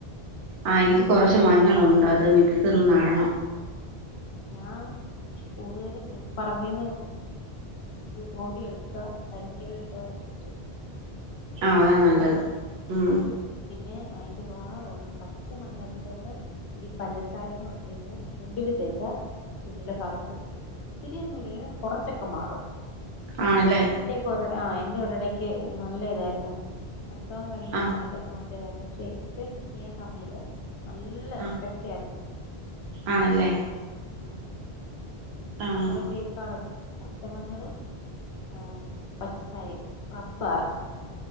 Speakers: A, on the right; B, on the left.
A: ആ എനിക്ക് കൊറച്ച് മഞ്ഞളൊണ്ട് അത് മിറ്റത്ത്ന്ന് നടണം
B: ഞാൻ പക്ഷേ കൂടുതലും ഞാൻ പറമ്പീന്ന് തോണ്ടിയെടുക്കുവാ കരിങ്കല്ലേൽ ഇട്ട് ഒരച്ചിട്ട്
A: ആ
B: നല്ല
A: അതാ നല്ലത് ഉം
B: അതും പിന്നെ അയിന്റെ വാ പച്ച മഞ്ഞളിന്റെ കൂടെ ഇച്ചിരി പഞ്ചസാരേം കൂടെ ഇട്ട് കഴിഞ്ഞാ ചുണ്ടില് തേച്ചാ ചുണ്ടിലെ കറുപ്പ്‌ പോകും ഒത്തിരിയൊന്നും ഇല്ലെങ്കിലും കുറച്ചൊക്കെ മാറും
A: ആണല്ലേ
B: എന്റെ കൊറേ ആ എന്റെ ഒരിടക്ക് നല്ല ഇതാരുന്ന് പ്രസവം കഴിഞ്ഞ
A: ആഹ്
B: സമയത്തൊക്കെ നല്ലതാരുന്നു പക്ഷേ ഇപ്പൊ എനിക്ക് ചെയ്യാൻ സമയില്ലാ നല്ല
A: ആഹ്
B: എഫക്റ്റ് ആരുന്ന്
A: ആണല്ലേ
B: അ
A: ആഹ്
B: മഞ്ഞള് പൊടിയെക്കാളും പച്ച മഞ്ഞളും ആ പഞ്ചസാരയും റബ്ബാ